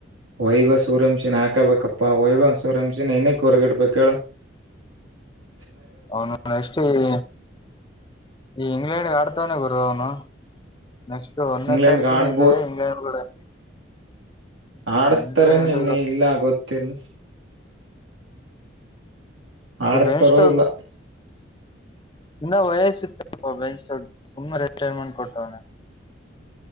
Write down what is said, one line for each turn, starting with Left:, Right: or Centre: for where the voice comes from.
Right: ವೈವ ಸೂರ್ಯಂಶಿನ್ ಹಾಕಬೇಕಪ್ಪಾ ವೈವ ಸೂರ್ಯಂಶಿನ ಇನಕ್ ಹೊರಗಿಡ್ಬೇಕ ಹೇಳ <inaudible>
Left: ಅವನು ನೆಕ್ಸ್ಟ್ ಈ ಈ ಇಂಗ್ಲೆಂಡ್ ಆಡ್ತವಾನೆ ಗುರು ಅವನು ನೆಕ್ಸ್ಟ್ ಒಂದನೇ
Right: ಇಂಗ್ಲೆಂಡ್ಗೆ
Left: ತಾರೀಕೇನ
Right: ಆಡ್ಬೋದು
Left: ಇದೆ ಇನ್ನೇನ್ ಬಿಡೋ
Right: ಆಡಸ್ತಾರೆ
Left: ಇಂಗ್ಲೆಂಡ್
Right: ಇನ್ನು ಇಲ್ಲ ಗೊತ್ತಿಲ್ಲ ಆಡಿಸ್ತಾರೋ
Left: ವೆಸ್ಟ್
Right: ಇಲ್ಲ
Left: ಇನ್ನ ವಯಸ್ಸ ಇತ್ತುಪ್ಪ ಬೆಂಚ್ ಸುಮ್ಮ ರಿಟೈರ್ಮೆಂಟ್ ಕೊಟ್ಟವನ